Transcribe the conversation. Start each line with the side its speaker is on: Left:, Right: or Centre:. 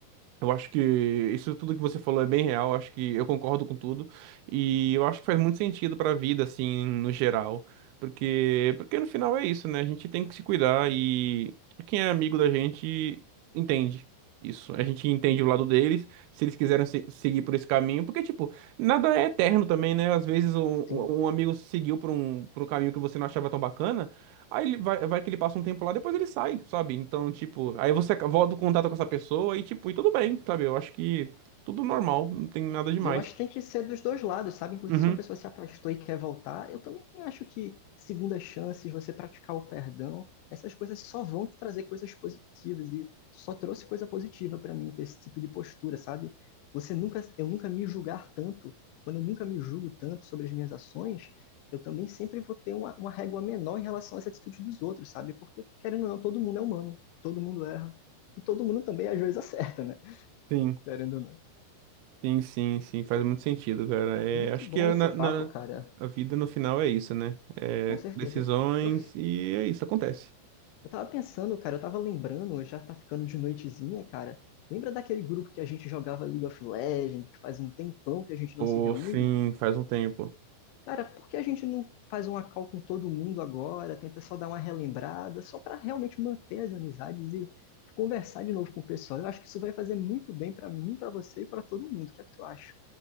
Right: Eu acho que isso tudo que você falou é bem real, eu acho que eu concordo com tudo e eu acho que faz muito sentido pra vida assim, no geral, porque porque no final é isso, né? A gente tem que se cuidar e quem é amigo da gente entende isso. A gente entende o lado deles, se eles quiserem se- seguir por esse caminho, porque tipo, nada é eterno também, né? Às vezes um, um
Left: Sim,
Right: um amigo seguiu por um por um caminho que você não achava tão bacana, Aí ele vai, vai que ele passa um tempo lá, depois ele sai, sabe? Então, tipo, aí você ac- volta o contato com essa pessoa e, tipo, e tudo bem, sabe? Eu acho que tudo normal, não tem nada demais.
Left: E eu acho que tem que ser dos dois lados, sabe? Inclusive,
Right: Uhum,
Left: se uma pessoa se afastou e quer voltar, eu também acho que segunda chances, você praticar o perdão, essas coisas só vão te trazer coisas positivas e só trouxe coisa positiva pra mim ter esse tipo de postura, sabe? Você nunca, eu nunca me julgar tanto, quando eu nunca me julgo tanto sobre as minhas ações, eu também sempre vou ter uma, uma régua menor em relação às atitudes dos outros, sabe? Porque, querendo ou não, todo mundo é humano, todo mundo erra. E todo mundo também às vezes acerta, né?
Right: sim,
Left: Querendo ou não.
Right: sim, sim, sim, faz muito sentido, cara. É,
Left: Muito
Right: acho
Left: bom
Right: que é
Left: esse
Right: na, na-
Left: papo, cara.
Right: a vida no final é isso, né? É
Left: Com certeza.
Right: decisões
Left: Eu,
Right: e é isso, acontece.
Left: eu tava pensando, cara, eu tava lembrando, já tá ficando de noitezinha, cara. Lembra daquele grupo que a gente jogava League of Legends, que faz um tempão que a gente
Right: Pô,
Left: não se reúne?
Right: sim, faz um tempo.
Left: Cara, por que a gente não faz uma call com todo mundo agora? Tenta só dar uma relembrada, só pra realmente manter as amizades e conversar de novo com o pessoal. Eu acho que isso vai fazer muito bem pra mim, pra você e pra todo mundo. O que é que tu acha?